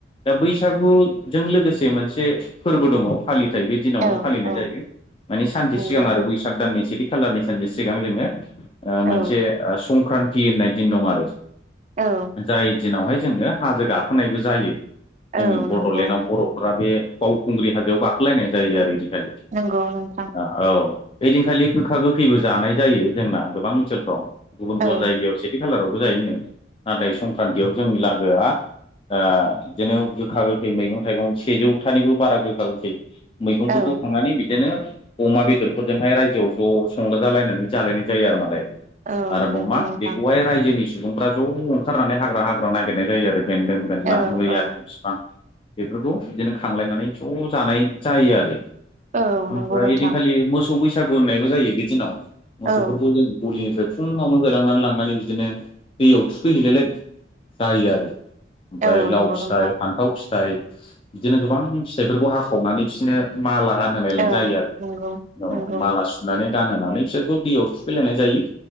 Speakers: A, on the left (about 30°); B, on the right (about 40°).
A: दा बैसागुजों लोगोसे मोनसे फोरबो दङ फालिथाय बे दिनावनो
B: औ
A: फालिनाय
B: औ
A: जायो माने सानसे
B: नंगौ
A: सिगां आरो बैसाग दाननि सेथि खालारनि सानसे सिगां जोङो ओ
B: औ
A: मोनसे ओ संक्रान्ति होननाय दिन दं आरो
B: औ।
A: जाय दिनावहाय जोङो हाजो गाखोनायबो जायो। जोंनि
B: औ
A: बड'लेण्डआव
B: नंगौ
A: बर'फोरा बे बावखुंग्रि हाजोयाव गाखोलायनाय जायो आरो एदिखालि
B: नोंगौ नोंथां।
A: औ ओइदिनखालि गोखा गोखैबो जानाय जायो जोंना गोबां ओनसोलफ्राव। गुबुन
B: औ
A: गुबुन जायगायाव सेथि खालारावबो जायो नो नाथाय संक्रान्तियाव जोंनि लागोआ ओ बिदनो गोखा गोखै मैगं थाइगं सेजौथानिबो बारा गोखा गोखै मैगंफोरखौ
B: औ
A: खांनानै बिदिनो अमा बेदरफोरजोंहाय रायजोआव ज' संजा जालायनानै जालायनाय जायो आरो मालाय
B: औ।
A: अमा
B: नंगौ नोंथां
A: बेखौहाय रायजोनि सुबुंफ्रा ज' ओंखारनानै हाग्रा हाग्रा नागिरनाय जायो आरो बेन्दों मेरला
B: औ
A: मैयानि
B: औ
A: फिफां बेफोरखौ बिदिनो खांलायनानै ज' जानाय जायो आरो।
B: औ नंगौ
A: ओमफ्रा
B: नोंथां
A: हेदिन एखालि मोस मोसौ बैसागु होननायबो जायो बि दिनाव मोसौफोरखौ
B: औ
A: जों गलिनिफ्राय फुं फावनो होलांनानै लांनानै बिदिनो दैयाव थुखैहैलायलाय जायो आरो ओमफ्राय
B: औ
A: लाव
B: नंगौ
A: फिथाइ
B: नोंथां
A: फान्थाव फिथाइ बिदिनो गोबां फिथाइफोरखौ हाखावनानै बिसोरनो माला गान गानहाय
B: औ
A: जायो आरो
B: नंगौ नंगौ
A: औ माला सुनानै गानहोनानै बिसोरखौ दैयाव थुखैलायनाय जायो